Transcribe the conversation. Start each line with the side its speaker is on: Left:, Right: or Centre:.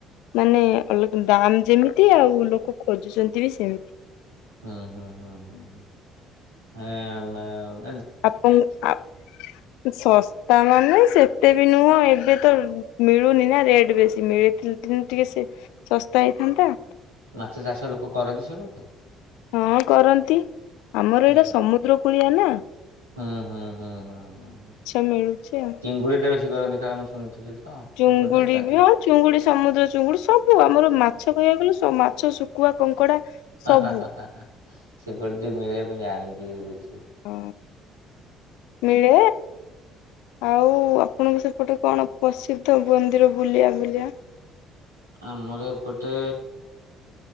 Left: ମାନେ ଅଲଗ ଦାମ୍ ଯେମିତି‌ ଆଉ ଲୋକେ ଖୋଜୁଛନ୍ତି ବି ସେମିତି।
Right: ହୁଁ ହୁଁ ହୁଁ ହୁଁ ହୁଁ ଏଁ ମେଁ।
Left: ଆପଣ ଆପ୍ ଶସ୍ତା ମାନେ ସେତେ ବି ନୁହଁ। ଏବେ ତ। ମିଳୁନି ନା ରେଟ ବେଶୀ ‌ମିଳି ଥିଲେ ଟିକ୍ ଟିକେ ସେ ଶସ୍ତା ହେଇଥାନ୍ତା।
Right: ମାଛ ଚାଷ ଲୋକ କରନ୍ତି ସେପଟେ।
Left: ହଁ କରନ୍ତି ଆମର
Right: ହଁ
Left: ଏଇଟା ସମୁଦ୍ର କୂଳିଆ ନା।
Right: ହୁଁ ହୁଁ ହୁଁ ହୁଁ ହୁଁ ହୁଁ
Left: ଆଚ୍ଛା ମିଳୁଛି ଆଉ।
Right: ଚିଙ୍ଗୁଡ଼ି ଟା ବେଶୀ କରନ୍ତି କାଇଁ ନା ମୁଁ ଶୁଣୁଥିଲି। ତ
Left: ଚୁଙ୍ଗୁଡି
Right: ସେପଟେ ଚାଷ।
Left: ବି ହଁ ଚୁଙ୍ଗୁଡି ସମୁଦ୍ର ଚୁଙ୍ଗୁଡି ସବୁ ଆମର ମାଛ କହିବାକୁ ଗଲେ ସ ମାଛ ଶୁଖୁଆ କଙ୍କଡା। ସବୁ
Right: ହାଁ ହାଁ ହାଁ ହାଁ ହାଁ ସେପଟେ ମିଳେ ମୁଁ ଜାଣିଛି ବେସି।
Left: ହଁ ମିଳେ। ଆଉ ଆପଣଙ୍କ ସେପଟେ କଣ ପ୍ରସିଦ୍ଧ ମନ୍ଦିର ବୁଲଆ ବୁଲଆ।
Right: ଆମର ଏପଟେ।